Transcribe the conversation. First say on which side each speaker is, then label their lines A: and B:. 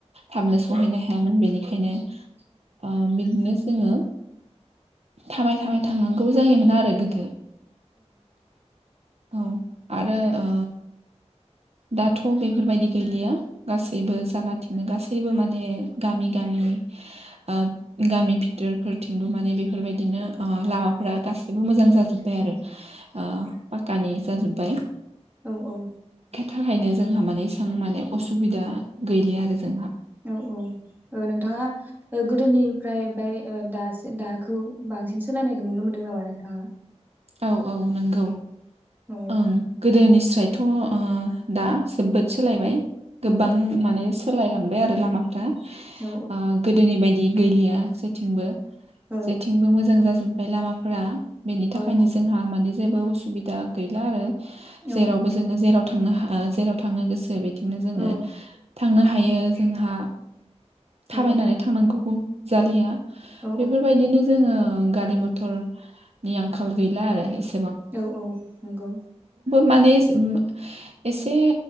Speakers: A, on the right; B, on the right.
A: थाबनो सहैनो हायामोन बेनिखायनो ओ बिदिनो जोङो थाबाय थाबाय थांनांगौ जायोमोन आरो गोदो। औ आरो ओ दाथ' बेफोरबायदि गैलिया गासैबो जायगाथिंनो गासै बो माने गामि गामि ओ गामि बिथोरफोरथिंबो माने बेफोरबायदिनो लामाफोरा गासिबो मोजां जाजोब्बाय आरो। ओ पाकानि जाजोबबाय।
B: औ औ
A: थाखायनो जोंहा माने इसेबां माने असुबिदा गैलि आरो जोंहा।
B: औ औ नोंथाङा गोदोनिफ्राय ओमफ्राय दासो दाखौ बांसिन सोलायनायखौ नुनो मोनदों नामा नोंथाङा?
A: औ औ नंगौ
B: औ
A: ओं गोदोनिस्रायथ' ओ दा जोबोद सोलायबाय गोबां
B: औ
A: माने सोलायलांबाय आरो लामाफ्रा
B: औ
A: ओ गोदोनि बायदि गैलिया जेथिंबो
B: औ
A: जेथिंबो मोजां जाजोब बाय लामाफोरा बेनि थाखायनो
B: औ औ
A: जोंहा माने जेबो उसुबिदा गैला आरो
B: औ औ
A: जेरावबो जोङो जेराव थांनो ओ जेराव थांनो गोसो बेथिंनो जोङो
B: औ
A: थांनो हायो जोंहा
B: औ
A: थाबायनानै थांनांगौ जालिया
B: औ
A: बेफोरबायदिनो जोङो गारि मथरनि आंखाल गैला आरो एसे
B: औ औ नंगौ
A: माने एसे ओ एसे